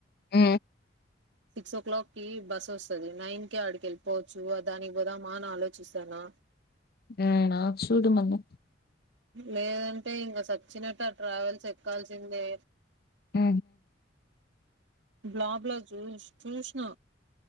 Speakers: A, on the left; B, on the right.
A: ఆ
B: సిక్స్ ఓ క్లాక్ కి బస్ వస్తుంది నైన్ కి ఆడికెళ్ి పోవచ్చు దానికి పోదామా అని ఆలోచిస్తానా
A: ఏనా చూడుమన్న
B: లేదంటే ఇంకా సచ్చినట్టు ఆ ట్రావెల్స్ ఎక్కాల్సిందే
A: హ
B: బలాబ్లా చూ చూసిన